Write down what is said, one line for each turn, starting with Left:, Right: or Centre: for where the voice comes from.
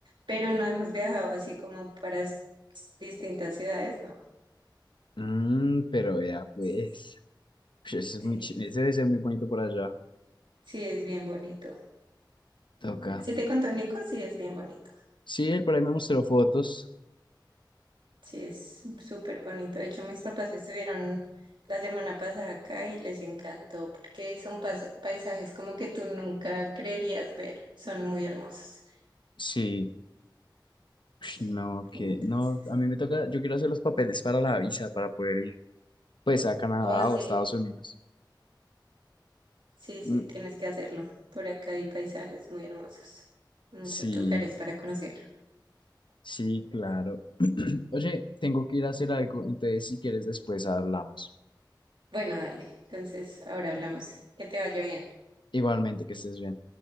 Right: pero no hemos viajado así como para s- distintas ciudades, no.
Left: Mm, pero ya, pues.
Right: Sí,
Left: Ush, Eso es
Right: sí,
Left: muy, chi- ese debe ser muy bonito por allá.
Right: sí es bien bonito.
Left: toca.
Right: Si te contó Nico, sí es bien bonito,
Left: Sí, él por ahí me mostró fotos.
Right: sí es súper bonito. De hecho, mis papás estuvieron la semana pasada acá y les encantó porque son pas- paisajes como que tú nunca creerías ver, son muy hermosos.
Left: Sí, Ush,
Right: Sí.
Left: No, que
Right: Entonces,
Left: no, a mí me toca, yo quiero hacer los papeles para la visa para poder ir, pues a Canadá
Right: Oh, sí,
Left: o a Estados Unidos.
Right: sí, sí,
Left: Mm,
Right: tienes que hacerlo. Por acá hay paisajes muy hermosos, muchos
Left: Sí,
Right: lugares para conocer.
Left: sí, claro. <clears throat> Oye, tengo que ir a hacer algo, entonces si quieres después hablamos.
Right: Bueno, dale, entonces ahora hablamos. Que te vaya bien.
Left: Igualmente, que estés bien.